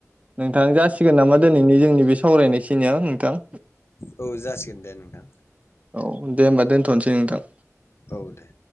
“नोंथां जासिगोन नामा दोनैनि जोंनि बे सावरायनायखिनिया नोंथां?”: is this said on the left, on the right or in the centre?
Right